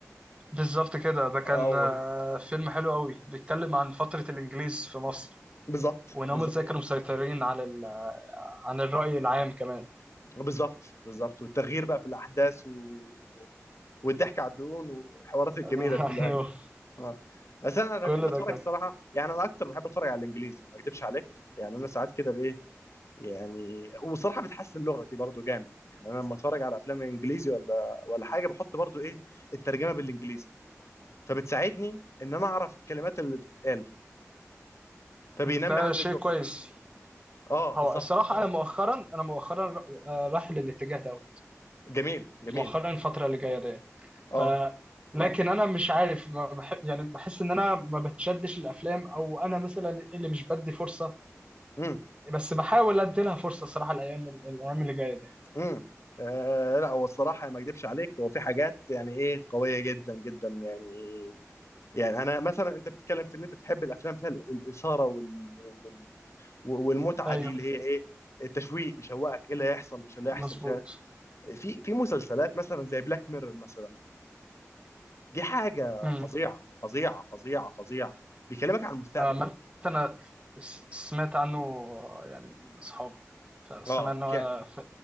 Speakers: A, on the right (about 20°); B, on the left (about 60°).
A: بالظبط كده ده كان
B: اول
A: آه، فيلم حلو قوي بيتكلم عن فترة الانجليز في مصر
B: بالظبط
A: وان
B: بالظبط
A: هم ازاي كانوا مسيطرين على ال... عن الرأي العام كمان
B: بالظبط بالظبط والتغيير بقى في الاحداث و... والضحك على الدقون والحوارات الجميله
A: <laughs>
B: كلها
A: ايوه
B: دي اه بس انا انا
A: كل
B: بحب اتفرج
A: ده كان
B: الصراحه يعني انا اكتر بحب اتفرج على الانجليزي ما اكدبش عليك يعني انا ساعات كده بايه يعني وصراحه بتحسن لغتي برضو جامد يعني انا لما اتفرج على افلام انجليزي ولا ولا حاجه بحط برضو ايه الترجمه بالانجليزي فبتساعدني ان انا اعرف الكلمات اللي بتتقال فبينمي
A: ده
B: عندي
A: شيء
B: اللغه
A: كويس
B: اه
A: هو
B: بالظبط
A: الصراحة أنا مؤخرا أنا مؤخرا آه، رايح للاتجاه ده
B: جميل جميل
A: مؤخرا الفترة اللي جاية دي
B: اه
A: ف اه لكن انا مش عارف ما بح... يعني بحس ان انا ما بتشدش الافلام او انا مثلا اللي مش بدي فرصه
B: امم
A: بس بحاول ادي لها فرصه صراحه الايام الايام اللي جايه دي
B: امم آه لا هو الصراحه ما اكدبش عليك هو في حاجات يعني ايه قويه جدا جدا يعني يعني انا مثلا انت بتتكلم في ان انت تحب الافلام فيها ال- الاثاره وال... وال... والمتعه
A: ايوه
B: دي اللي هي ايه التشويق بيشوقك ايه اللي هيحصل مش اللي هيحصل
A: مظبوط
B: مش هي- في في مسلسلات مثلا زي بلاك ميرور مثلا دي حاجه
A: امم
B: فظيعه فظيعه فظيعه فظيعه بيكلمك عن المستقبل
A: عامه انا س- سمعت عنه آه، يعني من اصحابي فسمع
B: اه اوكي
A: ان هو ف-